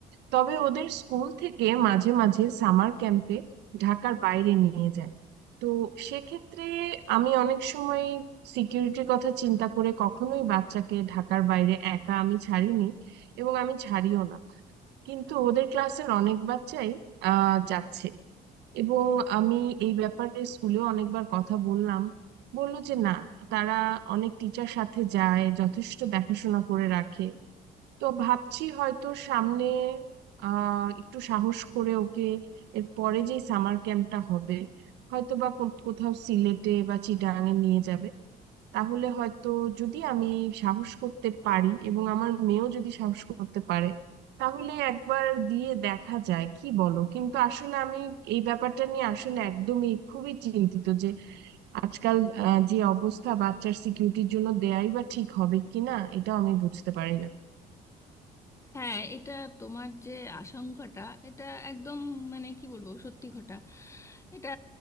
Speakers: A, on the right; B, on the left.
A: তবে ওদের স্কুল থেকে মাঝে মাঝে সামার ক্যাম্পে ঢাকার বাইরে নিয়ে যায় তো সেক্ষেত্রে আমি অনেক সময় সিকিউরিটির কথা চিন্তা করে কখনোই বাচ্চাকে ঢাকার বাইরে একা আমি ছাড়িনি এবং আমি ছাড়িও না কিন্তু ওদের ক্লাসের অনেক বাচ্চাই আহ যাচ্ছে এবং আমি এই ব্যাপারে স্কুলেও অনেকবার কথা বললাম বললো যে না তারা অনেক টিচার সাথে যায় যথেষ্ট দেখাশোনা করে রাখে তো ভাবছি হয়তো সামনে আহ একটু সাহস করে ওকে এর পরে যেই সামার ক্যাম্পটা হবে হয়তো বা কো- কোথাও সিলেটে বা চিটাগাঙে নিয়ে যাবে তাহলে হয়তো যদি আমি সাহস করতে পারি এবং আমার মেয়েও যদি সাহস করতে পারে তাহলে একবার দিয়ে দেখা যায় কি বলো কিন্তু আসলে আমি এই ব্যাপারটা নিয়ে আসলে একদমই খুবই চিন্তিত যে আজকাল আহ, যে অবস্থা বাচ্চার সিকিউরিটির জন্য দেয়াই বা ঠিক হবে কিনা এটাও আমি বুঝতে পারি না
B: হ্যাঁ এটা তোমার যে আশঙ্কাটা এটা একদম মানে কি বলবো সত্যি ঘটা এটা